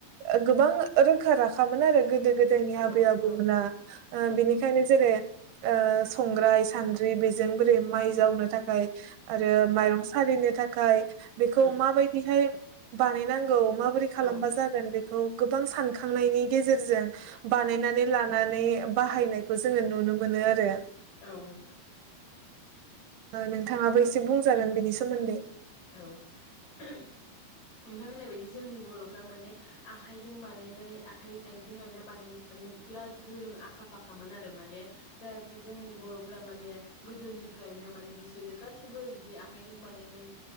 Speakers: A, on the right; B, on the left.
A: ओ गोबां रोखा राखामोन आरो गोदो गोदोनि
B: ओं
A: आबै आबौमोना
B: ओं
A: ओ
B: उम
A: बिनिखायनो जेरै ओ संग्राय सान्द्रि बिज जों बोरै माइज जावनो थाखाय आरो माइरं सालिनो थाखाय बेखौ
B: ओं
A: माबायदिहाय बानायनांग गौ माबोरै खालामबा
B: औ ओं
A: जागोन बेख खौ गोबां सानखांनायनि गेजेरजों बानायनानै लानानै बाहायनायखौ जोङो नुनो मोनो आरो।
B: औ नों
A: ओ नोंथाङाबो एसे बुंजागोन बिनि सोमोन्दै।
B: औ <unintelligible> नोंथां होननाय बायदि जोंनि बर'फ्रा माने आखाइजों बानायनाय आखाइ आइजें आइला बानाय नो माने बिराद गोरों आखा फाखामोन आरो माने जाहाथे जोंनि बर'फ्रा माने गोदोनिफ्रायनो माने बिसोरो गासिबो बिदि आखाइजों बानायनाय